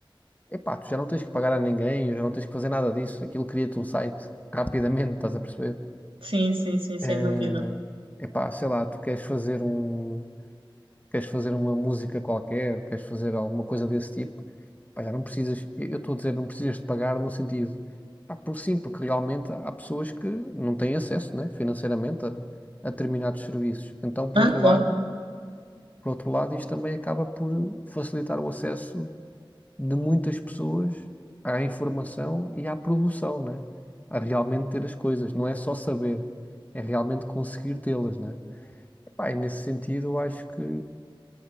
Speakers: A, on the left; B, on the right.
A: Epá, tu já não tens que pagar a ninguém, já não tens que fazer nada disso. Aquilo cria-te um site rapidamente, estás a perceber?
B: Sim, sim, sim, sem
A: é
B: dúvida.
A: Epá, sei lá, tu queres fazer um queres fazer uma música qualquer, queres fazer alguma coisa desse tipo, pá, já não precisas, eu estou a dizer, não precisas de pagar no sentido, pá, por sim, porque realmente há pessoas que não têm acesso, né, financeiramente a, a determinados serviços. Então, por
B: Ah,
A: outro
B: claro.
A: lado, por outro lado, isto também acaba por facilitar o acesso de muitas pessoas à informação e à produção, né? A realmente ter as coisas, não é só saber, é realmente conseguir tê-las, né? Pá, e nesse sentido, eu acho que